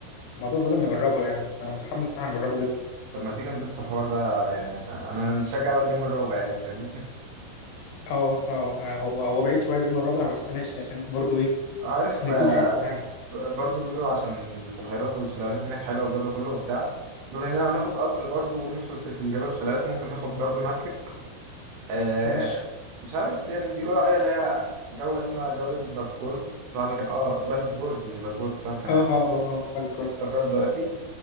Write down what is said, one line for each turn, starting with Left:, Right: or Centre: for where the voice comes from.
Left: الموضوع لازم نجربه يعني انا متحمس ان هنجربه جدا
Right: طب ما تيجي ندوس في الحوار ده يعني انا متشجع اول يوم الرابع يعني فاهمني
Left: اه اه هو هو بعيد شوية اليوم الرابع بس ماشي عشان برضه ايه
Right: <laughs> عارف
Left: نديله
Right: آه،
Left: حقه يعني
Right: برضو بيقولوا عشان البحيرات والشلالات هناك حلوه والجو ده كله وبتاع بما اننا هناخد قطر برضو ونمشي وسط الجبال والشلالات ممكن ناخد برضو مركب آه،
Left: ماشي
Right: مش عارف يعني بيقول عليها اللي هي جولة اسمها جولة بافجورد صاحبي كان اه بلفجورد مش بافجورد صاحبي كان
Left: اه
Right: قال
Left: اه اه اه باليف جارد
Right: افتكرت دلوقتي